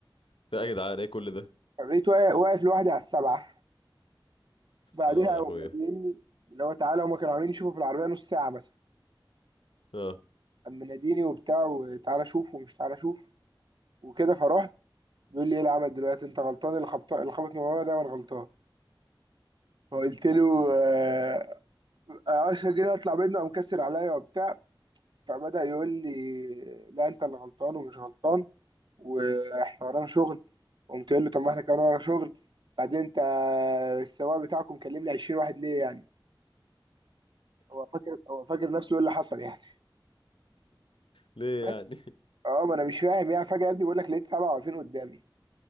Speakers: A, on the left; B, on the right.
A: ده يا جدعان ايه كل ده
B: بقيت واقف واقف لوحدي على السبعه بعدها
A: لا يا
B: هو
A: اخويا
B: بيناديني اللي هو تعالى هما كانوا عاملين يشوفوا في العربيه نص ساعه مثلا
A: اه
B: اما ناديني وبتاع وتعالى شوف ومش تعالى شوف وكده فرحت بيقول لي ايه العمل دلوقتي انت غلطان اللي خبط اللي خبط من ورا دايما غلطان فقلت له آه، آه، عشان كده اطلع منه قام كسر عليا وبتاع فبدأ يقول لي لا انت اللي غلطان ومش غلطان واحنا ورانا شغل قمت قايل له طب ما احنا كمان ورا شغل بعدين انت السواق بتاعكم كلم لي 20 واحد ليه يعني هو فاكر هو فاكر نفسه ايه اللي حصل يعني
A: ليه
B: بس
A: يعني
B: اه ما انا مش فاهم يعني فجاه يا ابني بقول لك لقيت 27 قدامي